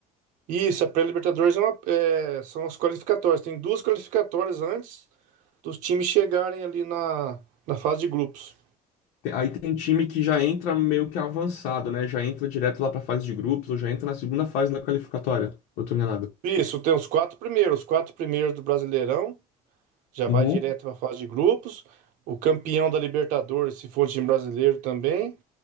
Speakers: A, on the right; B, on the left.
A: Isso, a pré-Libertadores é uma- é, são as qualificatórias. Tem duas qualificatórias antes dos times chegarem ali na, na fase de grupos.
B: Tem- Aí tem time que já entra meio que avançado, né? Já entra direto lá pra fase de grupos, ou já entra na segunda fase da qualificatória. Ou eu tô enganado?
A: Isso, tem os quatro primeiros. Os quatro primeiros do Brasileirão já
B: Uhum.
A: vai direto para a fase de grupos. O campeão da Libertadores, se for time brasileiro também,